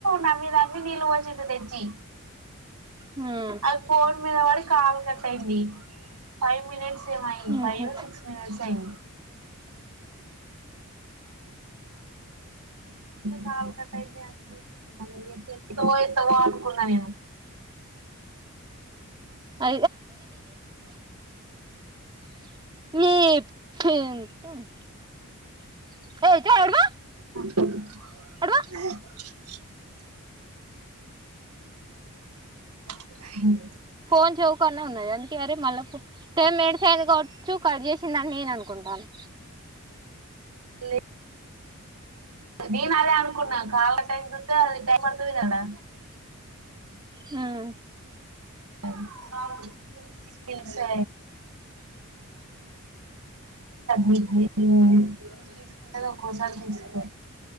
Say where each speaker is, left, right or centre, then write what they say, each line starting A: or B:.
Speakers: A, on the right (about 90°); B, on the right (about 20°).
A: నమ్మి నమ్మి నీళ్ళు పోసింది తెచ్చి
B: హ్మ్
A: అల్ఫోట్ మీద వాడి కాల్ కట్ అయింది ఫైవ్ మినిట్స్ ఏమ
B: ఊహూ
A: ఫైవ్ సిక్స్ మనిట్స్ సైన్ కాలు కట్ట అయిందినికి మ ఎత్తవో ఎత్తవో అనుకున్నా నేను
B: అ <inaudible>
A: స
B: అటు పో
A: అ
B: ఫోన్ చౌ కన్నా ఉన్నాది అరే మ టెన్ మి చ్చూ కజ చిందని నేను అనుకుంటాను
A: లే నేను అదే అనుకున్నా కాళ్ళ టైం చూస్తే అది టై పడుతుంది కదా
B: హ్మ్
A: <unintelligible> సి మినిట్డిసుకు ఒక్కోసారి తీసుకో